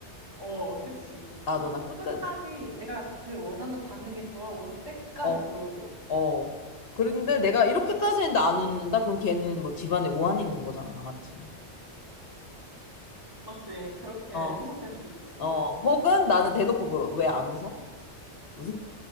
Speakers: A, on the right; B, on the left.
A: 어, 그치.
B: 나도
A: 꼭
B: 나 끝까지.
A: 끝까지 내가 그 원하는 반응이 돌아올 때까지
B: 어.
A: 보여줘.
B: 어. 그런데 내가 이렇게까지 했는데 안 웃는다? 그럼 걔는 뭐 집안에 우환이 있는 거잖아. 맞지?
A: 맞지? 그렇게
B: 어.
A: 해석될 수 있지.
B: 어. 혹은 나는 대놓고 물어. 왜 안 웃어? 무슨,